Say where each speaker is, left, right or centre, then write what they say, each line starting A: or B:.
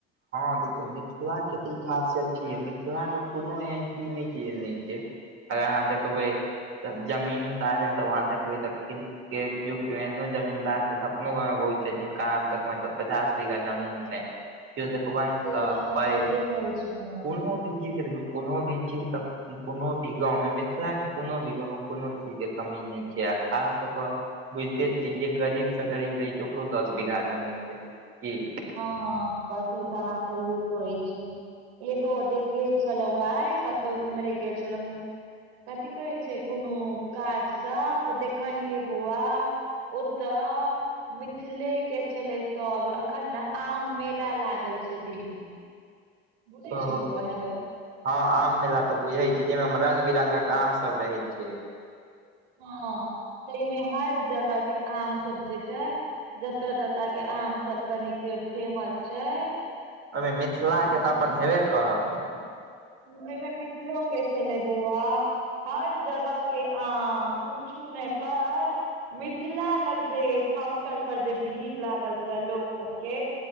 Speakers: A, on the right; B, on the right.
A: हँ देखियौ मिथिला के तऽ ई खासियत छै मिथिलामे कोनो एहन चीज नइ छै जे नइ छै। अगर अहाँ
B: हँ
A: देखबै त जमीन्दारे सब अहाँ देखबै तऽ क्य एहनो जमीनदार छै तऽ अपनो गाँवं बहु छै जिनका आप देखबै तऽ पचास बीघा जमीन छै। के देखबै
B: हँ, से
A: तऽ
B: अहाँ
A: पााय
B: सहिए कहै छी बौआ
A: कोनो भी चीज के देखियौ कोनो भी चीज त कोनो भी गाँवमे मिथिलाके कोनो भी गाँवमे कोनो चीजके कमी नहि छै आ खास कऽ कऽ बुझिते
B: हँ
A: छियै जे गरीब से गरीब रहै छै ओकरो दस बीघा जमीन रहै छै।
B: ह ह ब से त अहा सहिये कहैय छी एगो देख गेल छलहु आय कतहु एम्हरे गेल छलहु। कथी कहैय छै कोनो काजस त देखलियै बौआ। ओतय मिथिले के छलैय तब अखन न आम मेला लागल छै दिल्ली मे। बुझै
A: ओ
B: छी बौआ हेलो
A: ह आम मेला त बुझै छीं। जाहिमे मे रंग बिरंगक आम सब रहैय छैय।
B: ह ताहिमे हर जगह के आम सब जे छै। जतय जतय के आम सब कनिक फेमस छैय।
A: ओहिमे मिथिला के त अपन होइबे करत।
B: ओहिमे मिथिलो के छेलै बौआ। हर जगह के आम पूछू नैय पर मिथिला लग जे काउंटर पर जे भीड़ लागल छलैय लोग सब के